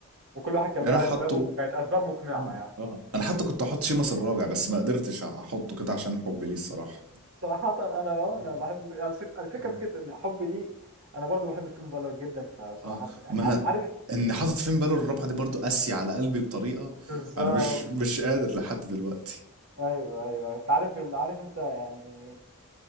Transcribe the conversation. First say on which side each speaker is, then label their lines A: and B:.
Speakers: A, on the right; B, on the right.
A: وكل واحد كان ليه
B: أنا حاطه
A: اسبابه وكانت اسباب مقنعه
B: آه
A: يعني
B: آه أنا حتى كنت أحط شيمس الرابع بس ما قدرتش أحطه كده عشان حبي ليه الصراحة
A: صراحة أنا آه،
B: آه
A: أنا بحب الفكرة
B: آه
A: فكرة إن حبي ليه أنا برضو بحب فين بالور جدا فصراحة
B: آه
A: يعني
B: ما
A: عارف
B: أنا
A: عارف
B: إن حاطط فين باله الرابعة دي برضو قاسية على قلبي بطريقة
A: بالظبط
B: أنا مش مش قادر لحد دلوقتي
A: أيوه أيوه أنت عارف ال- عارف أنت يعني